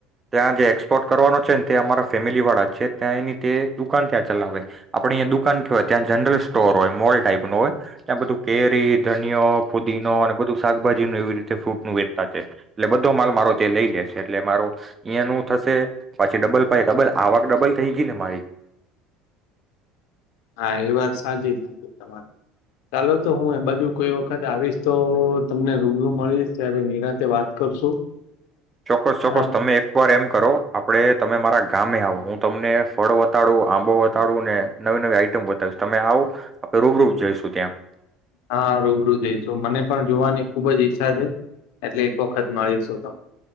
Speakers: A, on the right; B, on the left.
A: ત્યાં જે એક્સપોર્ટ કરવાનો છે ને તે અમારા ફેમિલી વાળા જ છે. ત્યાં એની તે દુકાન ત્યાં ચલાવે. આપડે અહીંયા દુકાન કેવાય, ત્યાં જનરલ સ્ટોર હોય, મોલ ટાઈપ નો હોય, ત્યાં બધું કેરી ધનિયો, પુદીનો અને બધું શાકભાજી ન એવી રીતે ફ્રૂટ નું વેચતા છે. એટલે બધો માલ મારો તે લઈ જાય છે, એટલે મારો અઈંયા નું થસે, પછી ડબલ પાઇ, ડબલ આવક, ડબલ થઈ. ગીને મારી.
B: હા એ વાત સાચી જ તમાર, ચાલો તો, હું એ બાજુ કોઈ વખત આવીશ, તો તમને રૂબરૂ મળીશ ત્યારે નિરાતે વાત કરશું.
A: ચોક્કસ, ચોક્કસ,
B: આમ
A: તમે એકવાર એમ કરો, આપડે તમે મારા ગામે આવો, હું તમને ફળ વતાડું, આંબો વતાડું, ને નવી નવી આઈટમ બતાવીસ, તમે આવો, આપણે રૂબરૂપ જઈશું ત્યાં.
B: હા, રૂબરૂ જઈશું. મને પણ જોવાની ખુબ જ ઈચ્છા થઈ, એટલે એક વખત મળીશું તમ